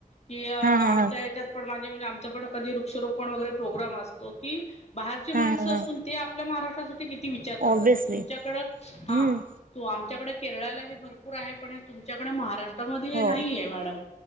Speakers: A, on the left; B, on the right.
A: की आमच्या
B: हा हा हा
A: हच्यात पणे म्हणजे आमच पण कधी वृक्षोपण वगैरे प्रोग्राम असतो की बाहेरचे माणसं
B: हा हा हा
A: असून ते आपल्या महाराष्ट्र किती विचार
B: ऑब्विसली
A: करतात क तुमच्याकड हा
B: हम्म
A: तु आमच्याकडे केरळाला हे भरपूर आहे पण हे तुच्याकडे महाराष्ट्र मधी
B: हो
A: नाही मॅडम